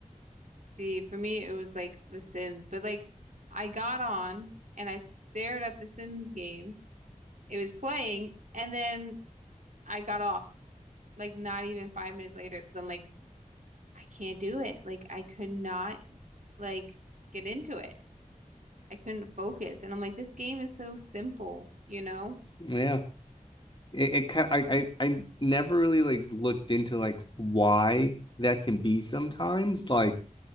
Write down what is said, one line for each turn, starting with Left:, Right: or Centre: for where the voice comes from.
Right: See, for me, it was like The Sims, but like I got on and I stared at The Sims game. It was playing, and then I got off like not even five minutes later because I'm like, I can't do it. Like I could not like get into it. I couldn't focus, and I'm like, this game is so simple, you know?
Left: Yeah. It, it kind I, I I never really like looked into like why that can be sometimes. Like,